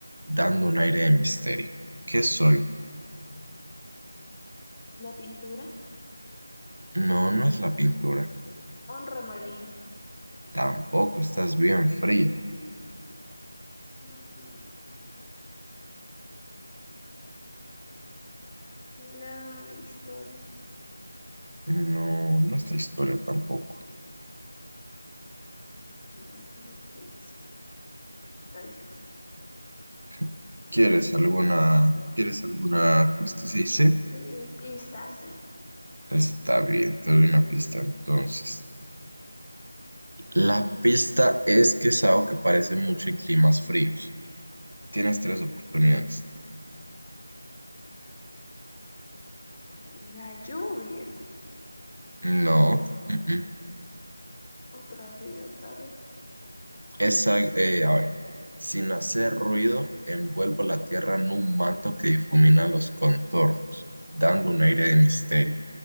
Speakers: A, on the right; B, on the left.
A: dando un aire de misterio. ¿Qué soy?
B: la pintura,
A: No, no es la pintura.
B: un remolín,
A: Tampoco estás bien fría.
B: mm, la historia.
A: No, no es la historia tampoco.
B: Ok, entonces, ¿qué es? Está difícil.
A: <laughs> ¿Quieres alguna, quieres alguna, ¿cómo es que se dice?
B: Sí, está así.
A: Está bien, te doy una pista entonces. La pista es que es algo que aparece mucho en climas fríos. Tienes tres oportunidades.
B: La lluvia,
A: No. mm-mm.
B: otra vez, otra vez.
A: Esa, eh, a ver. Sin hacer ruido, envuelvo la tierra en un manto que difumina los contornos, dando un aire de misterio.